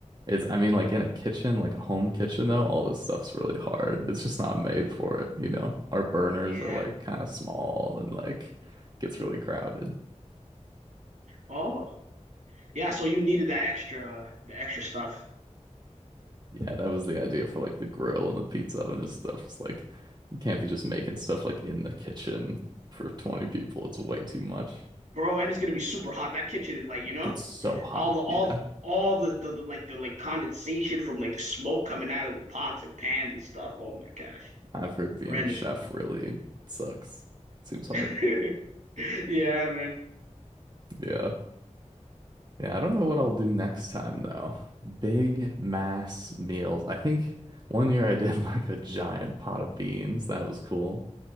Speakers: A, on the right; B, on the right.
A: It's I mean like in a kitchen, like a home kitchen though, all this stuff's really hard. It's just not made for it, you know. Our burners
B: Yeah.
A: are like kind of small and like gets really crowded.
B: Oh. Yeah, so you needed that extra the extra stuff.
A: Yeah, that was the idea for like the grill and the pizza oven and stuff. It's like you can't be just making stuff like in the kitchen for 20 people. It's way too much.
B: Bro, and it's gonna be super hot. That kitchen is like, you know,
A: gets so hot.
B: all the all
A: Yeah.
B: all the, the, the like the like condensation from like the smoke coming out of the pots and pans and stuff. Oh my gosh.
A: I've heard being
B: horrendous.
A: a chef really sucks. Seems hard.
B: <laughs> Yeah, man.
A: Yeah. Yeah, I don't know what I'll do next time though. Big mass meals. I think one year I did <laughs> like a giant pot of beans. That was cool.